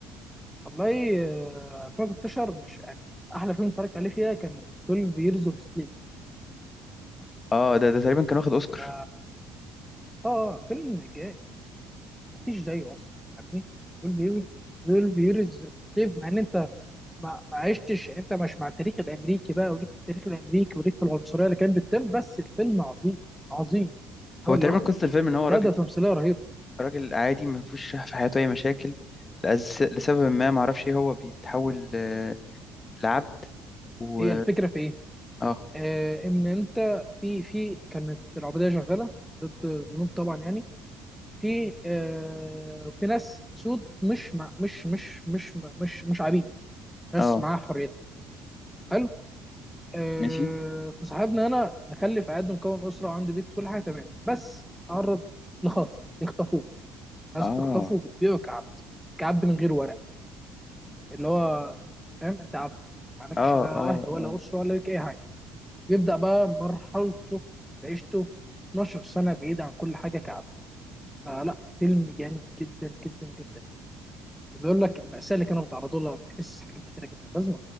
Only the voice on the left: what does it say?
آه ده ده تقريبا كان واخد أوسكار
هو تقريبا
قصة الفيلم إن هو راجل
راجل عادي ما فيهوش في حياته أي مشاكل لأس- لسبب ما معرفش إيه هو بيتحول آه، لعبد و
آه
آه
ماشي
آه
اه
اه
اه